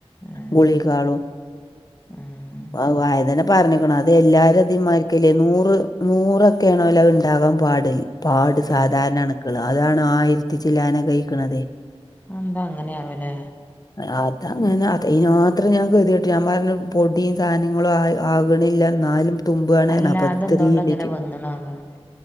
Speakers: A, on the left; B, on the left.
A: ഉം
B: ഗുളികാളും,
A: ഉം
B: അ വാ അതന്നെ പർഞ്ഞീക്ക്ണു. അത് എല്ലാരും അതേമാര്ക്കല്ലേ നൂറ് നൂറൊക്കെണോലേ അഅ്ണ്ടാകാൻ പാട്. പാട്
A: ഉം
B: സാധാര്ണ അണ്ക്കള് അതാണ് ആയിര്ത്തിച്ചില്ലാനക്കായ്ക്ക്ണതേ.
A: അ എന്താ അങ്ങനെയാവൊലെ.
B: അയ് അതങ്ങന അതെയ്നാത്രം ഞാൻ കെതിയെട്ട് ഞാൻ പർഞ്ഞു പൊടീം സാനങ്ങളുആയി ആവ് വ്ണില്ലാ ന്നാലും തുമ്പുവാണ്
A: അല്ല
B: <unintelligible> <unintelligible>
A: അതെന്തോണ്ട് അങ്ങനെ വന്നണാവോ